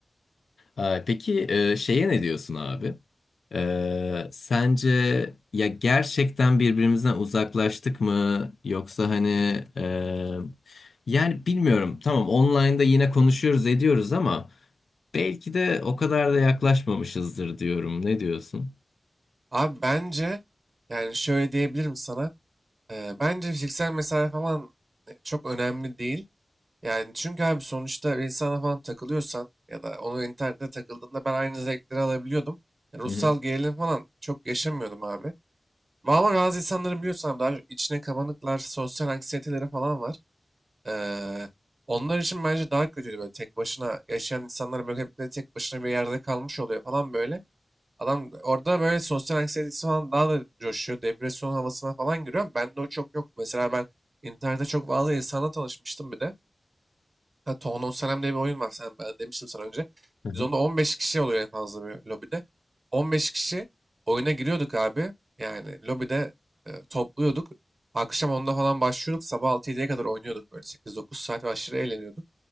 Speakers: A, on the left; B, on the right.
A: Ee, Peki e, şeye ne diyorsun abi? Ee, sence ya gerçekten birbirimizden uzaklaştık mı? Yoksa hani e, yani bilmiyorum. Tamam online'da yine konuşuyoruz ediyoruz ama belki de o kadar da yaklaşmamışızdır diyorum. Ne diyorsun?
B: Abi bence yani şöyle diyebilirim sana. Ee, bence fiziksel mesafe falan e, çok önemli değil. Yani çünkü abi sonuçta bir insana falan takılıyorsan ya da onu internette takıldığında ben aynı zevkleri alabiliyordum. E, Ruhsal
A: Hı hı.
B: gerilim falan çok yaşamıyordum abi. Ve Ama bazı insanları biliyorsam daha çok içine kabanıklar, sosyal anksiyeteleri falan var. Ee, onlar için bence daha kötüydü böyle tek başına yaşayan insanlar böyle hep de tek başına bir yerde kalmış oluyor falan böyle. Adam orada böyle sosyal anksiyetesi falan daha da coşuyor. Depresyon havasına falan giriyor. Bende o çok yok. Mesela ben internette çok fazla insanla tanışmıştım bir de. Ha, Town of Salem diye bir oyun var. Sen, ben demiştim sana önce.
A: Hı hı.
B: Biz onda 15 kişi oluyor en fazla bir lobide. 15 kişi oyuna giriyorduk abi. Yani lobide e, topluyorduk. Akşam onda falan başlıyorduk. Sabah 6-7'ye kadar oynuyorduk böyle 8-9 saat ve aşırı eğleniyorduk.